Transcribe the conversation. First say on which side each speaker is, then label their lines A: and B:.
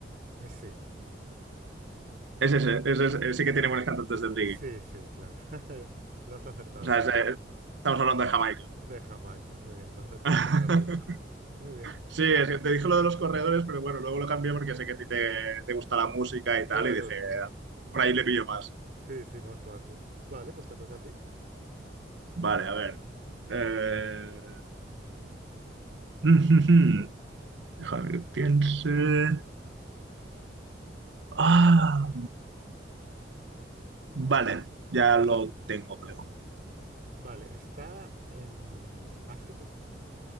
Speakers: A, on the right; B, on the right.
A: eh, sí.
B: Es ese, es ese, sí que tiene buenos cantantes de reggae.
A: Eh, Sí, sí, claro. <laughs> Lo has acertado,
B: O sea,
A: creo.
B: es, eh, estamos hablando de Jamaica.
A: De Jamaica, muy bien, lo acertaste
B: <laughs>
A: rápido. Muy bien.
B: Sí, es que te dije lo de los corredores, pero bueno, luego lo cambié porque sé que a ti te, te gusta la música y
A: Claro,
B: tal, y dije, por ahí le pillo más.
A: <laughs> sí, sí, más fácil. Vale, pues te toca a ti.
B: Vale, a ver. Eh, <laughs> Déjame que piense. Ah, vale, ya lo tengo, creo.
A: Vale, ¿está en África?